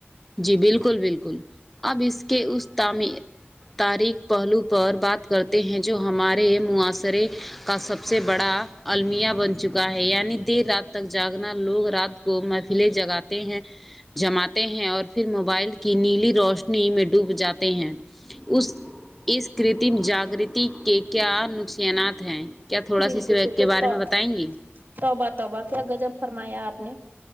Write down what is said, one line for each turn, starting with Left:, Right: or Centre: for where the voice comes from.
Centre: جی بالکل بالکل اب اس کے اس تعمیر تاریخ پہلو پر بات کرتے ہیں جو ہمارے معاصرے کا سب سے بڑا المیہ بن چکا ہے یعنی دیر رات تک جاگنا لوگ رات کو محفلیں جگاتے ہیں جماتے ہیں اور پھر موبائل کی نیلی روشنی میں ڈوب جاتے ہیں اس اس کرتم جاگرتی کے کیا نقصانات ہیں کیا تھوڑا
Right: بالکل
Centre: سویت
Right: بالکل
Centre: بارے
Right: تو
Centre: میں بتائیں گی
Right: توبہ توبہ کیا گجب فرمایا آپ نے